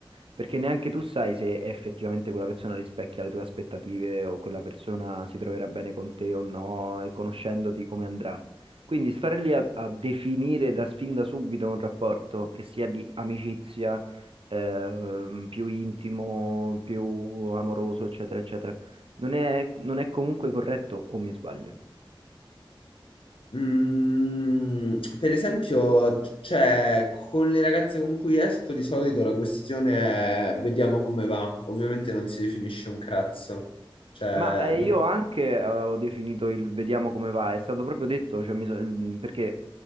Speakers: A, on the right (about 75°); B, on the left (about 70°).
A: Perché neanche tu sai se effettivamente quella persona rispecchia le tue aspettative o quella persona si troverà bene con te o no, e conoscendoti come andrà. Quindi stare lì a, a definire da, fin da subito un rapporto, che sia di amicizia, ehm, più intimo, più amoroso, eccetera, eccetera. Non è, non è comunque corretto o mi sbaglio?
B: Mm, per esempio, cioè, con le ragazze con cui esco di solito la questione è vediamo come va. Ovviamente non si definisce un cazzo. Cioè,
A: Ma eh,
B: no-
A: io anche avevo definito il vediamo come va, è stato proprio detto, cioè, mi so- il- perché